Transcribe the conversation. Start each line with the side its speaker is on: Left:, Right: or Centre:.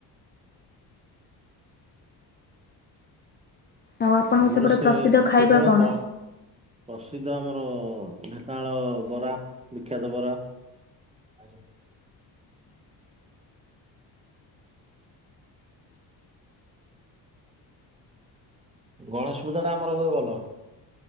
Left: ଆଉ ଆପଣଙ୍କ
Right: ଆମର
Left: ସେପଟେ
Right: ସେ
Left: ପ୍ରସିଦ୍ଧ ଖାଇବା
Right: କେବଳ
Left: କଣ?
Right: ଗ ପ୍ରସିଦ୍ଧ ଆମର ଢେଙ୍କାନାଳ ବରା ବିଖ୍ୟାତ ବରା। ଆଜ୍ଞା ଗଣେଶ ପୂଜା ଟା ଆମର ହୁଏ ଭଲ।